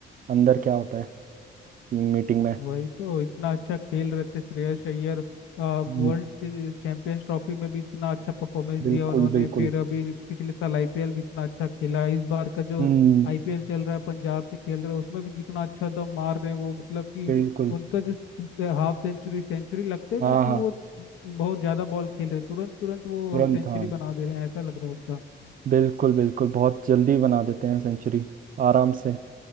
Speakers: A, on the right (about 45°); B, on the left (about 80°).
A: अंदर क्या होता है टीम मीटिंग में
B: वही तो इतना अच्छा खेल रहे थे Shreyas Iyer world
A: हम्म,
B: champions trophy में भी इतना अच्छा परफॉर्मेंस
A: बिल्कुल
B: दिया उन्होंने
A: बिल्कुल
B: फिर अभी पिछले साल आईपीएल भी इतना अच्छा खेला इस बार का जो
A: हम्म
B: आईपीएल चल रहा है पंजाब से खेल रहे हैं उसमें भी कितना अच्छा दम मार रहे हैं वो मतलब कि
A: बिल्कुल
B: उनका जो हाफ सेंचुरी सेंचुरी लगता ही
A: हाँ
B: नहीं कि
A: हाँ
B: वो बहुत ज्यादा बॉल खेल रहे तुरंत तुरंत वो
A: तुरंत
B: सेंचुरी
A: हाँ
B: बना दे रहे हैं ऐसा लग रहा है उनका
A: बिल्कुल बिल्कुल बहुत जल्दी बना देते हैं सेंचुरी आराम से